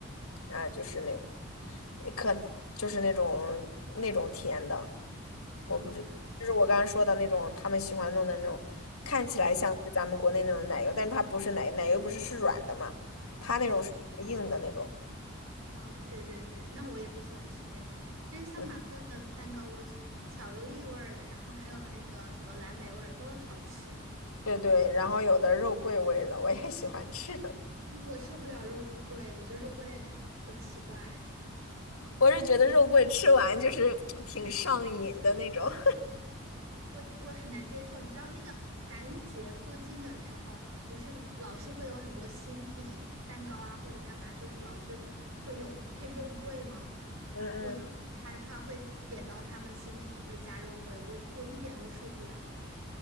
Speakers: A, on the left; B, on the right.
A: 啊，就是那可就是那种那种甜的，我不知，
B: 啊。
A: 就是我刚刚说的那种他们喜欢弄的那种，看起来像是咱们国内那种奶油，但是它不是奶，奶油不是是软的嘛，它那种是硬的那种，
B: 啊啊，对对对，那我也不喜欢吃那种，但是像马芬的蛋糕，
A: 嗯，
B: 我巧克力味儿的，然后还有那个什么蓝莓味儿都好吃。
A: 对对，然后有的肉桂味儿的我也喜欢吃。<laughs>
B: 我受不了肉桂，我觉得肉桂 <laughs> 很奇怪，
A: 我是觉得肉桂吃完就是挺上瘾的那种。<laughs>
B: 我我很难接受。你知道那个感恩节附近的时候，不是老是会有很多新品蛋糕啊，或者干嘛，就是老是会有配肉桂吗？
A: 嗯嗯，
B: 我都很害怕会点到他们新品会加肉桂，我我一点都受不了。